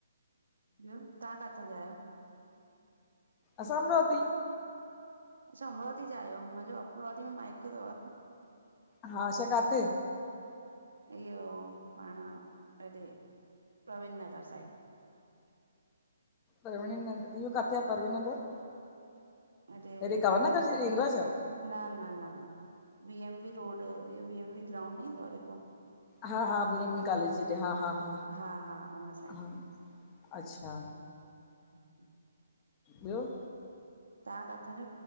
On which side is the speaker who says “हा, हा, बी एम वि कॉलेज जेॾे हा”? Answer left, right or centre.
Left